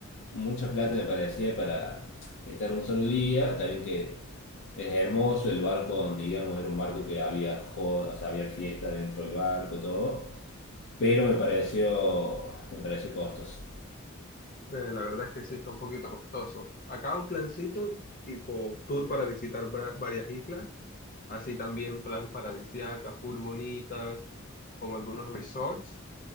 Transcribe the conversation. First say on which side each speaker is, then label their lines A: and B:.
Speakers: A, on the left; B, on the left.
A: mucha plata me parecía para estar un solo día, también que es hermoso el barco donde íbamos, era un barco que había joda, o sea, había fiesta dentro del barco, todo, pero me pareció, me pareció costoso.
B: Eh, la verdad es que sí está un poquito costoso. Acá un plancito tipo tour para visitar va- varias islas, así también plan paradisiaca, full bonitas, como algunos resorts,